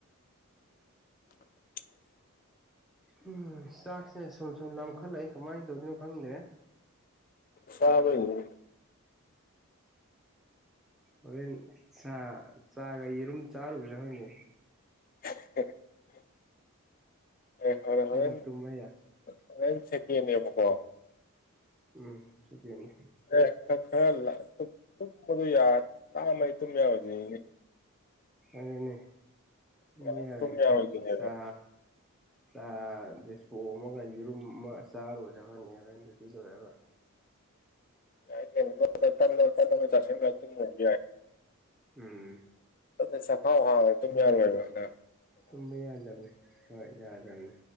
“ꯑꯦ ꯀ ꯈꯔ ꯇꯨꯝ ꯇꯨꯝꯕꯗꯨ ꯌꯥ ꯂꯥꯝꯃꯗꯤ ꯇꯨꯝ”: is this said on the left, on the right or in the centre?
Left